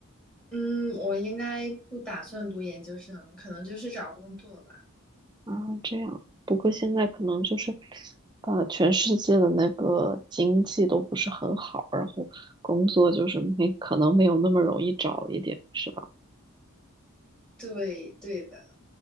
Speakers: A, in the centre; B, on the right.
A: 嗯，我应该不打算读研究生，可能就是找工作吧。
B: 啊？这样，不过现在可能就是呃，全世界的那个经济都不是很好，然后工作就是没可能没有那么容易找一点，是吧？
A: 对，对的。